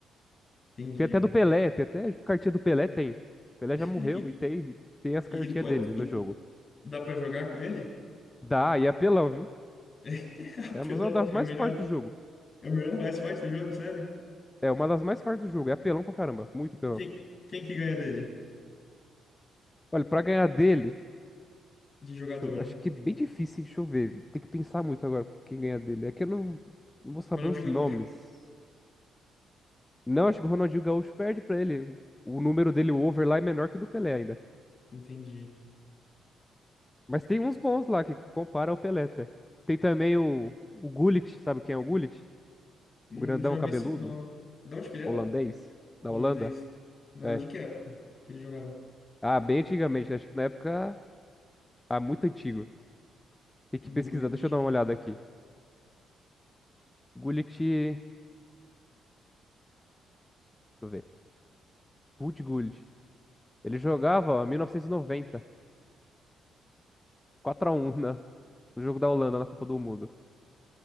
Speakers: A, on the left (about 45°); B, on the left (about 20°).
A: Entendi.
B: Tem até do Pelé, tem até tipo, cartinha do Pelé, tem. Pelé
A: <laughs>
B: já morreu
A: E,
B: e tem, tem as
A: e
B: cartinhas
A: ele pode.
B: dele
A: e
B: no jogo.
A: dá pra jogar com ele?
B: Dá, e é apelão, viu?
A: <laughs> É, apelão,
B: É uma das
A: é
B: mais
A: melhor.
B: fortes do jogo.
A: É o melhor mais forte do jogo, sério?
B: É uma das mais fortes do jogo. É apelão pra caramba. Muito apelão.
A: Quem, quem que ganha dele?
B: Olha, pra ganhar dele,
A: De jogador,
B: deixa eu-
A: né?
B: acho que é bem difícil, hein? Deixa eu ver. Tem que pensar muito agora pra quem ganhar dele. É que eu não, não vou saber
A: Ronaldinho
B: os nomes.
A: Gaúcho.
B: Não, acho que o Ronaldinho Gaúcho perde pra ele. O o número dele, o over lá, é menor que o do Pelé ainda.
A: Entendi.
B: Mas tem uns bons lá que compara ao Pelé, até. Tem também o, o Gullit, sabe quem é o Gullit?
A: Hum,
B: O grandão
A: já vi
B: cabeludo,
A: esse nome. De onde que ele era?
B: holandês,
A: Holandês.
B: da Holanda.
A: Não,
B: É.
A: de que época que ele jogava?
B: Ah, bem antigamente, né? acho que na época. Ah, muito antigo. Tem que
A: Gullit.
B: pesquisar, deixa eu dar uma olhada aqui. Gullit. Deixa eu ver. Ruud Gullit. Ele jogava ó, 1990, quatro a um, na, no jogo da Holanda na Copa do Mundo.